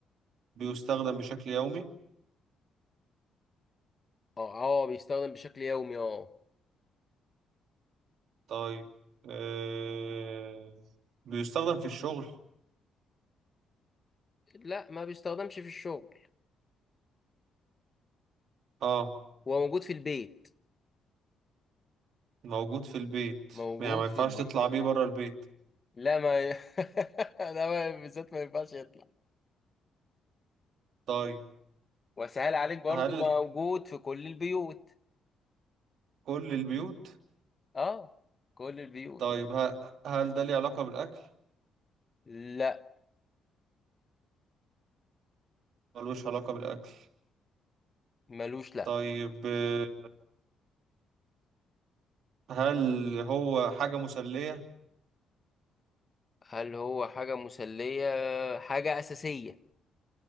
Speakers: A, on the right; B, on the left.
A: بيستخدم بشكل يومي
B: اه اه بيستخدم بشكل يومي اه
A: طيب آه، بيستخدم في الشغل
B: لا ما بيستخدمش في الشغل
A: اه
B: هو موجود في البيت
A: موجود في البيت
B: موجود
A: يعني ما ينفعش
B: في البيت
A: تطلع بيه بره البيت
B: لا ما ي... <laughs> لا ما بالذات ما ينفعش يطلع
A: طيب
B: وسهل عليك برضو
A: هل
B: موجود في كل البيوت
A: كل البيوت
B: اه كل البيوت
A: طيب ه- هل ده ليه علاقة بالأكل
B: لا
A: ملوش علاقة بالأكل
B: ملوش لا
A: طيب آه، هل هو حاجة مسلية؟
B: هل هو حاجة مسلية حاجة أساسية